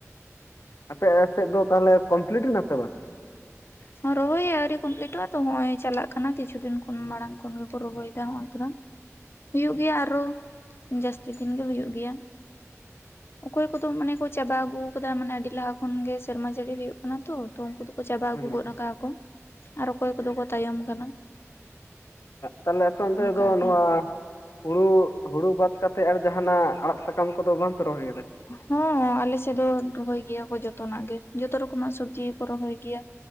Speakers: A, on the left; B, on the left.
A: ᱟᱪᱪᱷᱟ᱾ ᱟᱯᱮ ᱥᱮᱫ ᱫᱚ ᱛᱟᱦᱚᱞᱮ ᱠᱚᱢᱯᱞᱤᱴ ᱮᱱᱟ ᱥᱮ ᱵᱟᱝ?
B: ᱦᱚᱸ ᱨᱚᱦᱚᱭ ᱟᱹᱣᱨᱤ ᱠᱚᱢᱯᱞᱤᱴᱚᱜᱼᱟ ᱛᱚ ᱦᱚᱸᱜᱼᱚᱭ ᱪᱟᱞᱟᱜ ᱠᱟᱱᱟ ᱠᱤᱪᱷᱩ ᱫᱤᱱ ᱠᱷᱚᱱ ᱢᱟᱲᱟᱝ ᱠᱷᱚᱱ ᱜᱮ ᱠᱚ ᱨᱚᱦᱚᱭ ᱮᱫᱟ ᱦᱚᱸᱜᱼᱚᱭ ᱛᱚᱨᱟ᱾ <inaudible> ᱦᱩᱭᱩᱜ ᱜᱮᱭᱟ ᱟᱨᱚ ᱡᱟᱹᱥᱛᱤ ᱫᱤᱱ ᱜᱮ ᱦᱩᱭᱩᱜ ᱜᱮᱭᱟ᱾ ᱚᱠᱚᱭ ᱠᱚᱫᱚ ᱢᱟᱱᱮ ᱠᱚ ᱪᱟᱵᱟ ᱟᱹᱜᱩᱣ ᱠᱟᱫᱟ ᱢᱟᱱᱮ ᱟᱹᱰᱤ ᱞᱟᱦᱟ ᱠᱷᱚᱱ ᱜᱮ ᱥᱮᱨᱢᱟ ᱡᱟᱹᱲᱤ ᱦᱩᱭᱩᱜ ᱠᱟᱱᱟ ᱛᱚ᱾ ᱛᱚ ᱩᱱᱠᱩ ᱫᱚ ᱠᱚ ᱪᱟᱵᱟ ᱟᱹᱜᱩ
A: ᱦᱩᱸ
B: ᱜᱚᱫ ᱟᱠᱟᱜ ᱟᱠᱚ᱾ ᱟᱨ ᱚᱠᱚᱭ ᱠᱚᱫᱚ
A: ᱦᱩᱸ
B: ᱠᱚ ᱛᱟᱭᱚᱢ ᱠᱟᱱᱟ᱾
A: ᱛᱟᱞᱮ ᱟᱯᱮ ᱚᱱᱛᱮ
B: ᱚᱱᱠᱟ
A: ᱫᱚ
B: ᱜᱮ
A: ᱱᱚᱣᱟ ᱦᱩᱲᱩ ᱦᱩᱲᱩ ᱵᱟᱫ ᱠᱟᱛᱮ ᱟᱨ ᱡᱟᱦᱟᱸᱱᱟᱜ ᱟᱲᱟᱜ ᱥᱟᱠᱟᱢ ᱠᱚ ᱫᱚ ᱵᱟᱝ ᱯᱮ ᱨᱚᱦᱚᱭ ᱠᱟᱫᱟ?
B: ᱦᱚᱸ ᱟᱞᱮ ᱥᱮᱫ ᱫᱚ ᱨᱚᱦᱚᱭ ᱜᱮᱭᱟ ᱠᱚ ᱡᱚᱛᱚᱱᱟᱜ ᱜᱮ᱾ ᱡᱚᱛᱚ ᱨᱚᱠᱚᱢᱟᱜ ᱥᱚᱵᱡᱤ ᱜᱮᱠᱚ ᱨᱚᱦᱚᱭ ᱜᱮᱭᱟ᱾